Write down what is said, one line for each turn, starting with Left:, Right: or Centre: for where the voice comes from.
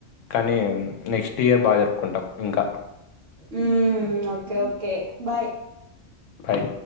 Left: కానీ నెక్స్ట్ ఇయర్ బా జరుపుకుంటాం ఇంకా
Right: ఉమ్, ఓకే ఓకే బాయ్
Left: బాయ్